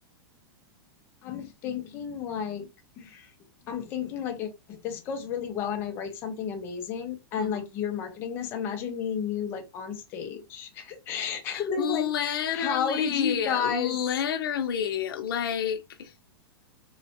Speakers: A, on the left (about 15°); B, on the left (about 60°).
A: I'm thinking like I'm thinking like if, if this goes really well and I write something amazing and
B: Mhm.
A: like you're marketing this, imagine me and you like on stage. <laughs> And they're
B: Literally,
A: like, "How did you guys
B: literally like